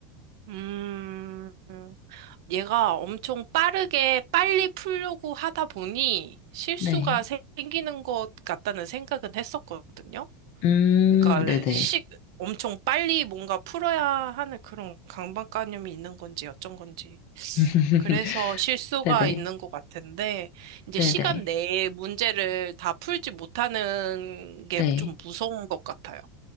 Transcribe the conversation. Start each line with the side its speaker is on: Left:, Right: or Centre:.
Right: 음, 얘가 엄청 빠르게 빨리 풀려고 하다 보니 실수가
Left: 네.
Right: 생- 생기는 것 같다는 생각은 했었거든요.
Left: 음,
Right: 그러니까
Left: 네네.
Right: 시, 엄청 빨리 뭔가 풀어야 하는 그런 강박관념이 있는 건지 어쩐 건지.
Left: <laughs>
Right: 그래서 실수가
Left: 네네.
Right: 있는 것 같은데, 이제
Left: 네네.
Right: 시간 내에 문제를 다 풀지 못하는 게
Left: 네.
Right: 좀 무서운 것 같아요.